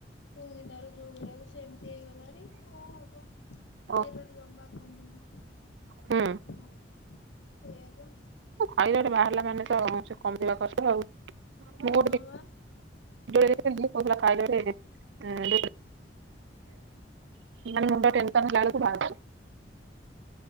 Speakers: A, on the left (about 85°); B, on the right (about 80°).
A: ପୁଣି ତାର ଯୋଉ ଭଳିଆକୁ ସେମିତି ହେଇଗଲାଣି କ'ଣ ହବ। ଥାଇରଏଡ଼
B: ଓ
A: ଜମା କମୁନି।
B: ହୁଁ
A: ହଁ ସେୟା ପା।
B: ଥାଇରଏଡ଼ ବାହାରିଲା ମାନେ ତ ସେ କମିବା କଷ୍ଟ ଆଉ। ମୁଁ ଗୋ।
A: ହଁ ବା
B: <unintelligible> ମାନେ ମୁଣ୍ଡ ଟେନ୍ସନ ହେଲାବେଳକୁ ବାହାରୁଚି।